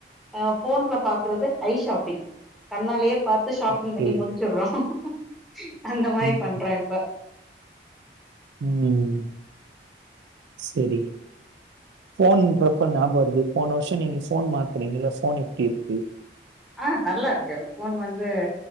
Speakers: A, in the centre; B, on the right.
A: அ போன்ல பாக்றது ஐ ஷாப்பிங் கண்ணாலயே பாத்து
B: ஓகே.
A: ன் பண்ணி முடிச்சிடறோ <unintelligible> அந்த மாரி
B: ம்,
A: பண்றா இப்ப
B: ம் செரி போன்றப்ப ஞாபகோ வருது போன வருஷோ நீங்க போன் மாத்துனீங்கல்ல போன் எப்டி இருக்கு
A: ஆ நல்லா இருக்கு போன் வந்து